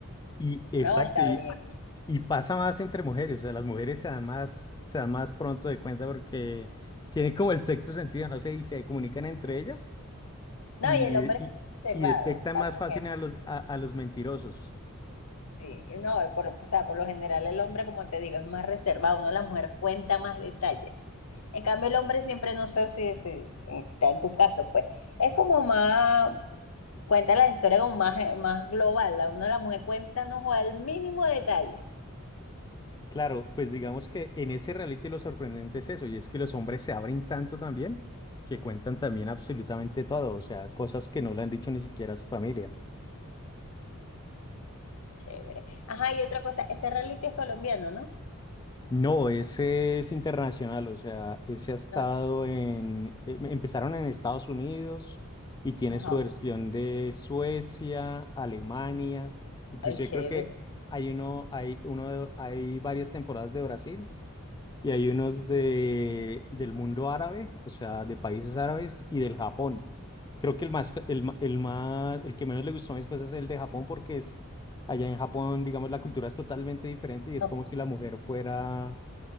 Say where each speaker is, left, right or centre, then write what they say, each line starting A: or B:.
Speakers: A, on the left (about 20°); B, on the left (about 70°).
A: Y exacto,
B: No, está bien.
A: Y pasa más entre mujeres, o sea, las mujeres se dan más, se dan más pronto de cuenta porque tienen como el sexto sentido, no sé, y se comunican entre ellas
B: No,
A: y,
B: y el hombre es
A: y,
B: reservado,
A: y detectan
B: la
A: más
B: mujer,
A: fácil a los, a, a los mentirosos.
B: sí. No, por, o sea, por lo general el hombre, como te digo, es más reservado, uno la mujer cuenta más detalles. En cambio, el hombre siempre, no sé si, si- si está en tu caso, pues, es como más, cuenta la historia como más, eh, más global, la una la mujer cuenta, no juega el mínimo detalle.
A: Claro, pues digamos que en ese reality lo sorprendente es eso, y es que los hombres se abren tanto también que cuentan también absolutamente todo, o sea, cosas que no le han dicho ni siquiera a su familia.
B: Chévere. Ajá, y otra cosa, ese reality es colombiano, ¿no?
A: No, ese es internacional, o sea, ese ha estado
B: Ah,
A: en, eh, em- empezaron en Estados Unidos y tiene
B: Ajá,
A: su versión de Suecia, Alemania, inclusive
B: ay, chévere.
A: creo que hay uno, hay uno, de- hay varias temporadas de Brasil y hay unos de, del mundo árabe, o sea, de países árabes y del Japón. Creo que el más, ca- el, ma- el más, el que menos le gustó a mis pues es el de Japón porque es, allá en Japón, digamos, la cultura es totalmente diferente y es
B: No,
A: como si la mujer fuera